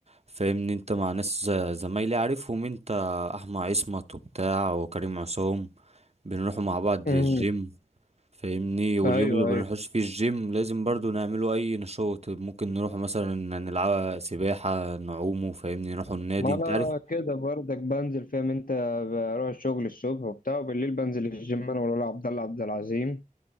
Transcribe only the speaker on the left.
امم
ايوه
ايوه
ما
انا
كده برضك بنزل فاهم انت بروح الشغل الصبح وبتاع وبالليل بنزل الجيم انا والولا عبد الله عبد العظيم